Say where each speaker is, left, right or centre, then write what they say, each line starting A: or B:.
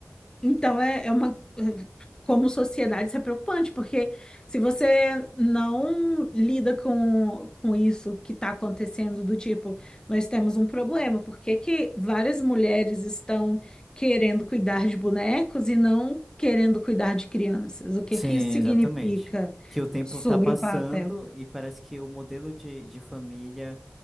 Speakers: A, on the left (about 15°); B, in the centre.
A: Então, é, é uma. eh, Como sociedade, isso é preocupante, porque se você não lida com, com isso que está acontecendo, do tipo, nós temos um problema, por que que várias mulheres estão querendo cuidar de bonecos e não querendo cuidar de crianças? O que
B: Sim,
A: que isso significa
B: exatamente. Que o tempo
A: sobre
B: tá passando
A: o papel?
B: e parece que o modelo de, de família.